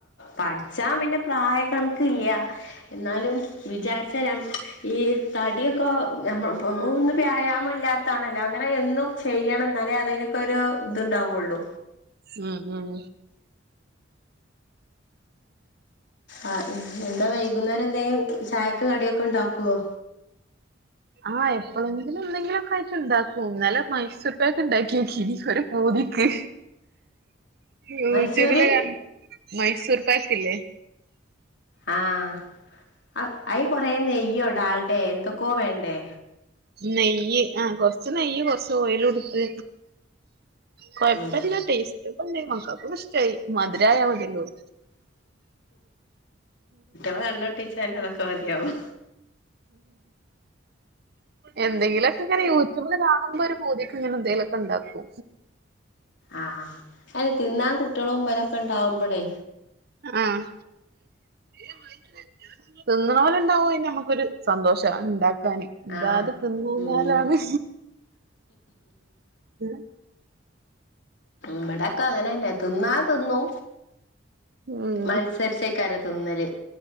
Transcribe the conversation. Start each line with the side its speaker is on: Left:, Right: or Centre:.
Left: പഠിച്ചാ പിന്നെ പ്രായ കണ എന്നാലും വിചാരിച്ചാൽ ഈ തടിയൊക്കെ നമ്മ പോ ഒന്നും വ്യായാമം ഇല്ലാത്താണല്ലോ അങ്ങനെ എന്നും ചെയ്യണം എന്നാലേ അതിനൊക്കെ ഒരു ഇതുണ്ടാവയുള്ളൂ
Right: ഉം ഉം
Left: ആ എന്താ വൈകുന്നേരം എന്തെങ്കിലും ചായക്ക് കടിയൊക്കെ ഉണ്ടാക്ക്വോ?
Right: ആഹ് എപ്പോളെങ്കിലും എന്തെങ്കിലൊ ഒക്കെയിട്ട്ണ്ടാക്കൂ ഇന്നലെ മൈസൂർ പാക്ക് ഉണ്ടാക്കിയോക്കി ഇ പോതിക്ക് യൂട്യൂബില്
Left: മൈസൂര്
Right: ക മൈസൂർ പാക്കില്ലേ?
Left: ആഹ് അയി കൊറേ നെയ്യോംഡാൽഡയോ എന്തൊക്കെയോ വേണ്ടേ?
Right: നെയ്യ് ആഹ് കൊറച്ച് നെയ്യ് കൊറച്ച് ഓയിൽ എടുത്ത് കൊഴപ്പല്ല
Left: ഉം
Right: ടേസ്റ്റെക്കെണ്ട് മക്കൾക്കും ഇഷ് ടായി മധുരായതില്ലോ-
Left: ഏഹ് അല്ലടി ചെട്ന് അതൊക്കെ മതിയാവും.
Right: എന്തെങ്കിലുക്കെ ഇങ്ങനെ യൂ ട്യൂബില് കാണുമ്പോൾ ഒരു പൂതീക്ക് ഇങ്ങനെ എന്തെങ്കലുക്കെ ഉണ്ടാക്കു
Left: ആഹ് അ തിന്നാൻ കുട്ടികളും ഇമ്പരൊക്കെ ഇണ്ടാവുമ്പോളേ
Right: ആഹ് ഉം തിന്നണൊര് ഉണ്ടായന്നെ നമ്മുക്കൊരു സന്തോഷ ഉണ്ടാക്കാന് ഇതാര്
Left: ആഹ്
Right: തിന്നന്നൊരാണ്
Left: ഉം
Right: ഏഹ്
Left: ഇബിടൊക്കെ അങ്ങനെന്നെ തിന്നാ തിന്നു
Right: ഉം.
Left: മത്സ തെർച്ചക്കരെ തുന്നല്